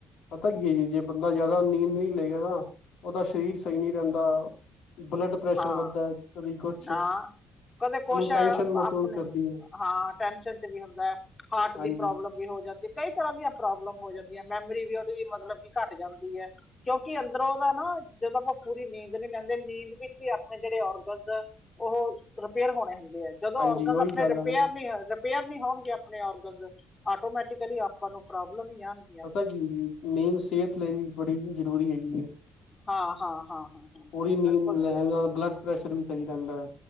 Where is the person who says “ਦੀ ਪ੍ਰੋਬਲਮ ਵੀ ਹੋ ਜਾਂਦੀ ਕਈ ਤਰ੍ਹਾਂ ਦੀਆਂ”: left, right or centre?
Left